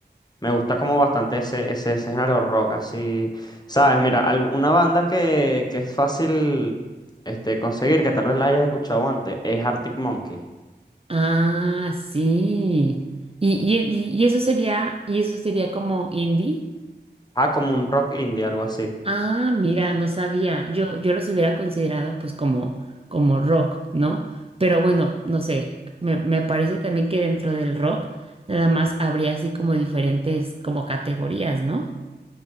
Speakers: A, on the left; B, on the right.
A: Me gusta como bastante ese, ese, ese género rock, así, ¿sabes? Mira, al- una banda que, que es fácil este, conseguir, que tal vez la hayas escuchado antes, es Arctic Monkey.
B: Ah, sí. Y, y, y y eso sería, y eso sería como indie.
A: Ah, como un rock indie, algo así.
B: Ah, mira, no sabía. Yo, yo los hubiera considerado pues como, como rock, ¿no? Pero bueno, no sé, me, me parece también que dentro del rock nada más habría así como diferentes como categorías, ¿no?